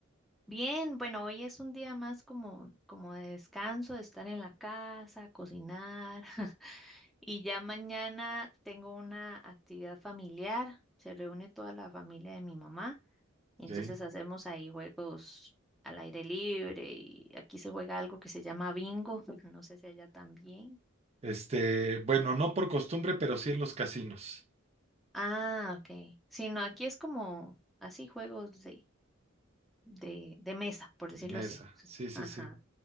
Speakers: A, in the centre; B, on the right.
A: Bien, bueno, hoy es un día más como, como de descanso, de estar en la casa, cocinar. <laughs> Y ya mañana tengo una actividad familiar. Se reúne toda la familia de mi mamá. entonces
B: Sí.
A: hacemos ahí juegos al aire libre y aquí se juega algo que se llama bingo, <laughs> no sé si allá también.
B: Este, bueno, no por costumbre, pero sí en los casinos.
A: Ah, ok. Sí, no, aquí es como así juegos de, de, de mesa, por decirlo
B: De mesa,
A: así. <laughs>
B: sí, sí,
A: Ajá.
B: sí,